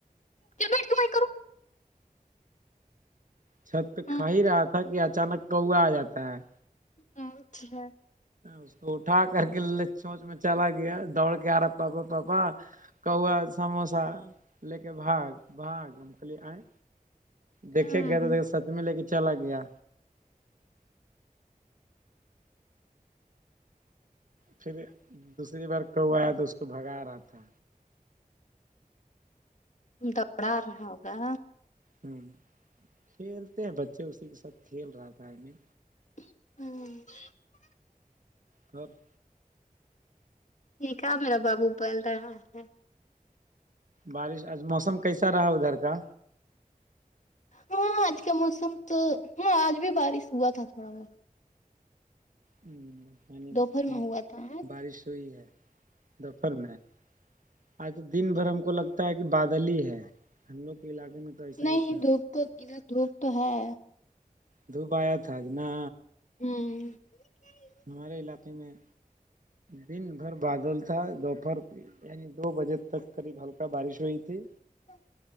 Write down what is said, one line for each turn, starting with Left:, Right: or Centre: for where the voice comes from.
Left: ج بٹ کیمائی کروں
Right: چھت
Left: ہوں
Right: کھا ہی رہا تھا کہ اچانک کوا آ جاتا ہے
Left: ہچھیک ہے
Right: اس کو اٹھا کر کے چونچ میں چلا گیا دوڑ کے آ رہا پاپا پاپا کوا سموسا لے کے بھاگ بھاگ ہم کہلیے آئیں دیکھے
Left: ہاں
Right: گیا تو دیک سچ میں لے کے چلا آ گیا پھر دوسری بار کوایا تو اس کو بھگا رہا تھا
Left: دوڑا رہا ہوگا
Right: ہوں کھیلتے ہیں بچے اسی کے ساتھ کھیل رہا تھا ہمیں
Left: ہاں
Right: سر <inaudible>
Left: ٹھیکا میرا بابو بول رہا ہے
Right: بارش آج موسم کیسا رہا ادھر کا
Left: ہاں آج کا موسم تو ہاں آج بھی بارش ہوا تھا تھوڑا بہت
Right: ہ پ
Left: دوپہر میں ہوا تھا آج
Right: بارش ہوئی ہے دفر میں آج تو دن بھر ہم کو لگتا کہ بادل ہی ہے ہم لوگ کے علاقے میں تو ایسا
Left: نہیں
Right: ہی تھا
Left: دھوپ تو ادھر دھوپ تو ہے
Right: دھوپ آیا تھا کہ نا
Left: ہوں
Right: ہمارے علاقے میں دن بھر بادل تھا دوپہر یعنی دو بجے تک قریب ہلکا بارش ہوئی تھی
Left: ہ <unintelligible>